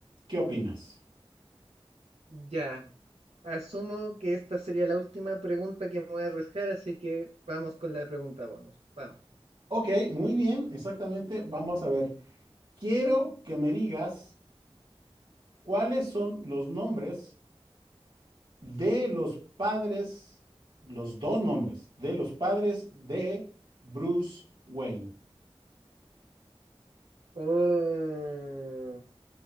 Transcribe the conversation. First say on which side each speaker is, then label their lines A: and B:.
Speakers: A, on the right; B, on the right.
A: ¿Qué opinas?
B: Ya, asumo que esta sería la última pregunta que me voy a arriesgar, así que vamos con la pregunta bonus. Vamos.
A: Ok, muy bien, exactamente. Vamos a ver. Quiero que me digas cuáles son los nombres de los padres, los dos nombres de los padres de Bruce Wayne.
B: Oh.